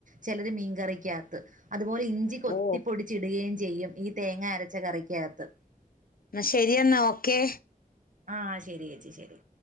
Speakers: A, on the right; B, on the left.
A: ചിലത് മീൻകറിക്കാത്ത് അതുപോലെ ഇഞ്ചി കൊത്തിപ്പൊടി
B: ഓ
A: ചിടുകയും ചെയ്യും ഈ തേങ്ങ അരച്ച കറിയ്ക്കകത്ത്
B: എന്നാ ശരി എന്നാൽ ഓക്കെ
A: ആഹ് ശരി ചേച്ചി ശരി